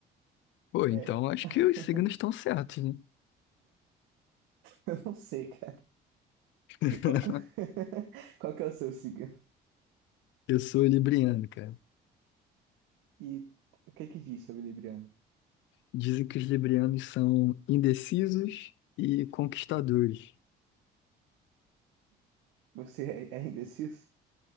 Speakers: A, on the left (about 70°); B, on the right (about 80°).
A: Pô,
B: É.
A: então acho
B: <laughs>
A: que os signos estão certos, né?
B: Eu não sei, cara.
A: <laughs>
B: Qual que, <laughs> é- qual que é o seu signo?
A: Eu sou libriano, cara.
B: E o que é que diz sobre Libriano?
A: Dizem que os librianos são indecisos e conquistadores.
B: Você é, é indeciso?